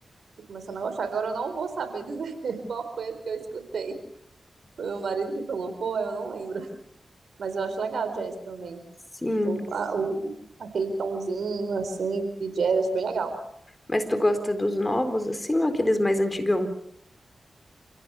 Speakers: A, on the right (about 75°); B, on the left (about 25°).
A: Tô começando a gostar. Agora eu não vou saber dizer <laughs> qual foi a que eu escutei. Foi meu marido que colocou, eu não lembro. Mas eu acho legal jazz também.
B: Sim.
A: Tô, a- o, aquele tomzinho, assim, de jazz, acho bem legal.
B: Mas tu gosta dos novos, assim, ou aqueles mais antigão?